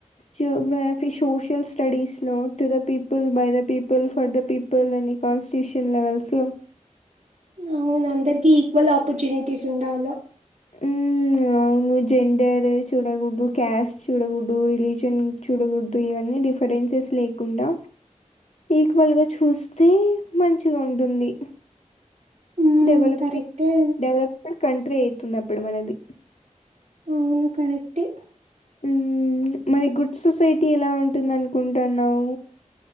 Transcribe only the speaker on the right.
<inaudible> అవును అందరికి ఈక్వల్ ఆపర్చునిటీస్ ఉండాల
మ్మ్
కరెక్టే
అవును కరక్టే